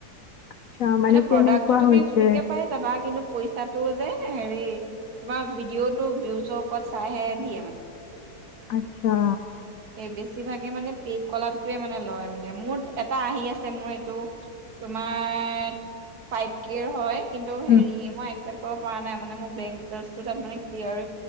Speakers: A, on the left (about 70°); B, on the right (about 65°).
A: আচ্ছা
B: মানে
A: কেনেকুৱা
B: প্ৰডাক্টটো তুমি
A: হৈছে
B: ফ্ৰীকে পাই যাবা কিন্তু পইচাটো যে হেৰি তোমাৰ ভিডিঅ'টো ভিউজৰ ওপৰত চাইহে দিয়ে মানে
A: আচ্ছা
B: এই বেছিভাগে মানে পেট কলাপটোৱে মানে লয় মানে মোৰ এটা আহি আছে মোৰ এইটো তোমাৰ ফাইভ কেৰ হয় কিন্তু হেৰি
A: উম
B: মই এক্সপ কৰা নাই মানে মোৰ বেংক দিতেলছ তাত ক্লেৰ